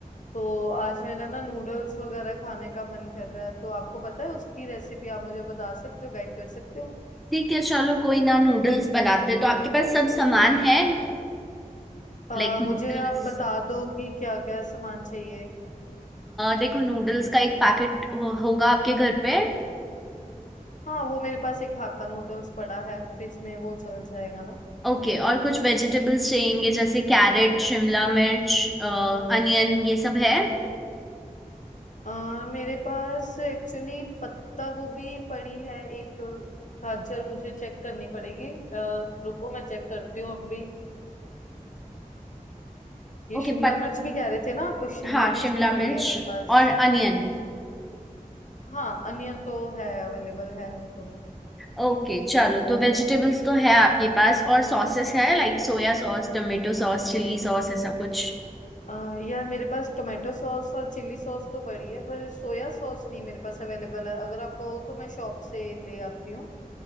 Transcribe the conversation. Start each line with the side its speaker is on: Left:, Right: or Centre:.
Left: तो आज मेरा ना नूडल्स वगैरह खाने का मन कर रहा है तो आपको पता है उसकी रेसिपी आप मुझे बता सकते हो गाइड कर सकते हो
Centre: ठीक है चलो कोई ना नूडल्स बनाते हैं। तो आपके पास सब सामान है
Left: अ,
Centre: लाइक नूडल्स
Left: मुझे आप बता दो कि क्या क्या सामान चाहिए
Centre: देखो नूडल्स का एक पैकेट हो, होगा आपके घर पे
Left: हाँ वो मेरे पास एक हाक्का नूडल्स पड़ा है फ्रिज में वो चल जाएगा ना
Centre: ओके और कुछ वेजिटेबल्स चाहिए जैसे कैरेट शिमला मिर्च अनियन ये सब है
Left: अ, मेरे पास एक्चुअली पत्ता गोभी पड़ी है एक गाजर मुझे चेक करनी पड़ेगी अ, रुको मैं चेक करती हूँ अभी ये
Centre: ओके
Left: शिमला
Centre: पत
Left: मिर्च भी कह रहे थे ना आप शिमला
Centre: हाँ
Left: मिर्च
Centre: शिमला
Left: भी
Centre: मिर्च
Left: पड़ी है मेरे पास
Centre: और अनियन
Left: हाँ अनियन तो है अवेलेबल है वो तो
Centre: ओके चलो
Left: तो
Centre: तो वेजिटेबल्स तो है आपके पास और सॉसेस है like soya sauce tomato sauce chilli sauce ऐसा कुछ
Left: अह, यार मेरे पास टोमेटो सॉस और चिली सॉस तो पड़ी है पर सोया सॉस नहीं मेरे पास अवेलेबल है अगर आप कहो तो मैं शॉप से ले आती हूँ